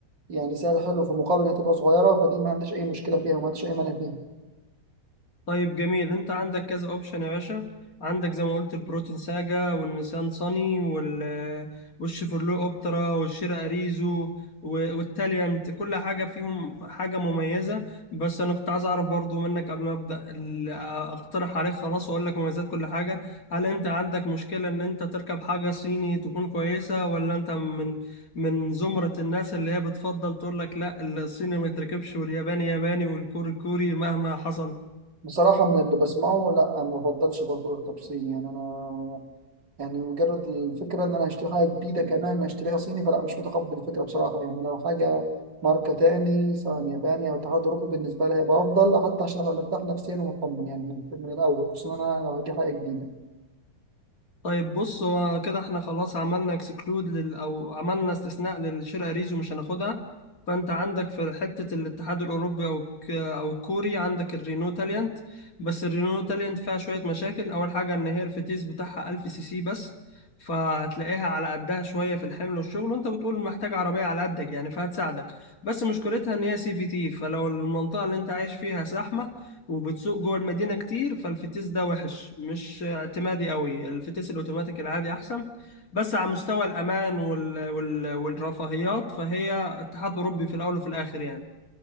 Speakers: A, on the right (about 70°); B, on the left (about 50°).
A: يعني سعر حلو في مقابل إنها تبقى صغيرة فدي ما عنديش أي مشكلة فيها وما عنديش أي مانع فيها
B: طيب جميل انت عندك كذا اوبشن يا باشا عندك زي ما قلت البروتين ساجا والنيسان صني وال والشيفرلو اوبترا والشير اريزو و- والتاليانت كل حاجه فيهم حاجه مميزه بس انا كنت عايز اعرف برضو منك قبل ما ابدا ال- اقترح عليك خلاص واقول لك مميزات كل حاجه هل انت عندك مشكله ان انت تركب حاجه صيني تكون كويسه ولا انت من من زمره الناس اللي هي بتفضل تقول لك لا الصيني ما يتركبش والياباني ياباني والكوري كوري مهما حصل
A: بصراحة من اللي بسمعه لا أنا ما بفضلش برضه التبصين يعني أنا يعني مجرد الفكرة إن أنا هشتري حاجة جديدة كمان أشتريها صيني فلا مش متقبل الفكرة بصراحة يعني لو حاجة ماركة تاني سواء ياباني أو اتحاد أوروبي بالنسبة لي هيبقى أفضل حتى عشان أبقى مرتاح نفسيا ومطمن يعني من, من الأول خصوصا أنا لو هجيب حاجة جديدة
B: طيب بص هو كده احنا خلاص عملنا اكسكلود لل او عملنا استثناء للشرق ريزو مش هناخدها فانت عندك في حتة الاتحاد الاوروبي او الك- او الكوري عندك الرينو تاليانت بس الرينو تاليانت فيها شوية مشاكل اول حاجة ان هي الفتيس بتاعها 1000 سي سي بس فهتلاقيها على قدها شوية في الحمل والشغل وانت بتقول محتاج عربية على قدك يعني فهتساعدك بس مشكلتها ان هي سي في تي فلو المنطقة اللي انت عايش فيها زحمة وبتسوق جوه المدينة كتير فالفتيس ده وحش مش اعتمادي قوي الفتيس الاوتوماتيك العادي احسن بس على مستوى الامان وال... وال... والرفاهيات فهي اتحاد اوروبي في الاول وفي الاخر يعني